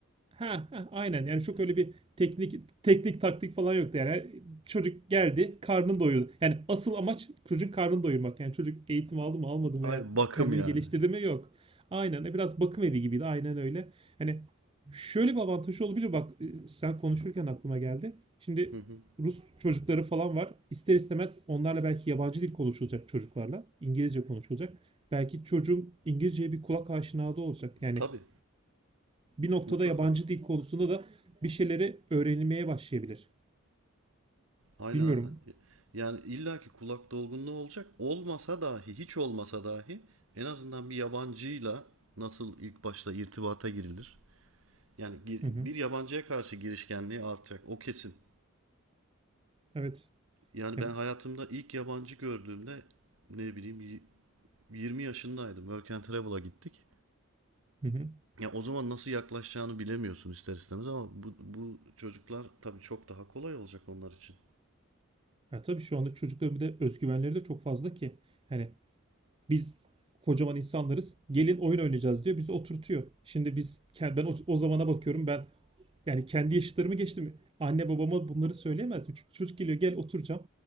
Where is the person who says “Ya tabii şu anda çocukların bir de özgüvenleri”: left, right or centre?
Right